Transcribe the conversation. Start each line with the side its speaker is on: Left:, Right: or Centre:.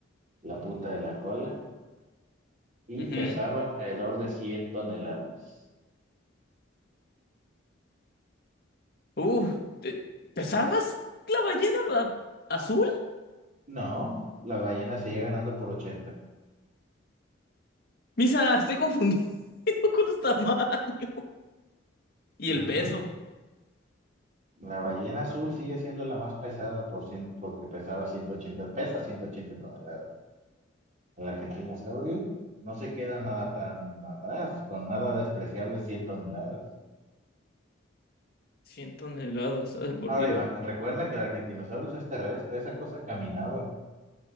Right: la punta de la cola y
Left: Ujú.
Right: pesaba alrededor de 100 toneladas.
Left: Uh, te- ¿pesaba más la ballena a- azul?
Right: No, la ballena seguía ganando por 80.
Left: Misa, estoy confundido <laughs> con los tamaños. Y
Right: Ujú.
Left: el peso.
Right: La ballena azul sigue siendo la más pesada por 100 porque pesaba ciento ochenta pesa 180 toneladas. El argentinosaurio no se queda nada tan atrás, con nada despreciable 100 toneladas.
Left: 100 toneladas, ay, por
Right: Ahora,
Left: Dios.
Right: ima- recuerda que el argentinosaurus es terrestre, esa cosa caminaba.